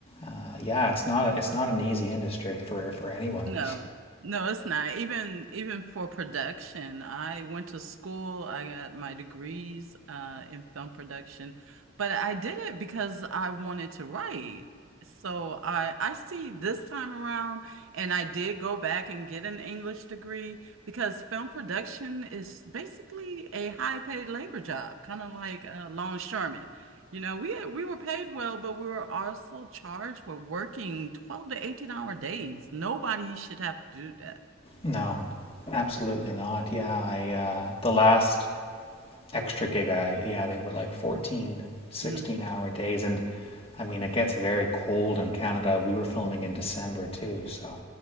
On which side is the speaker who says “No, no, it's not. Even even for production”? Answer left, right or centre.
Right